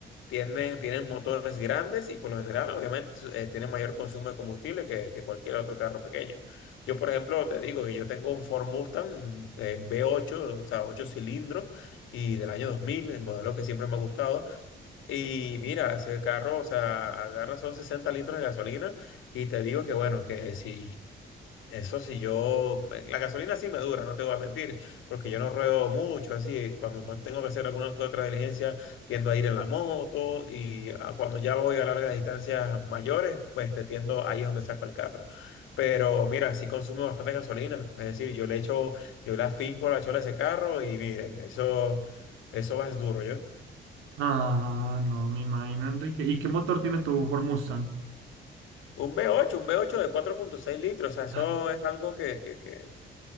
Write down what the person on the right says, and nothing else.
Ah, no, me imagino, Enrique. ¿Y qué motor tiene tu Ford Mustang?
Ah,